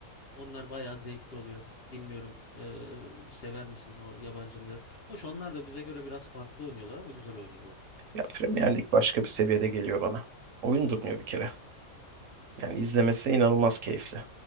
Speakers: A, on the left; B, on the right.
A: onlar bayağı zevkli oluyor. Bilmiyorum ee, sever misin o yabancıları? Hoş onlar da bize göre biraz farklı oynuyorlar ama güzel oynuyorlar.
B: Ya Premier Lig başka bir seviyede geliyor bana. Oyun durmuyor bir kere. Yani izlemesi inanılmaz keyifli.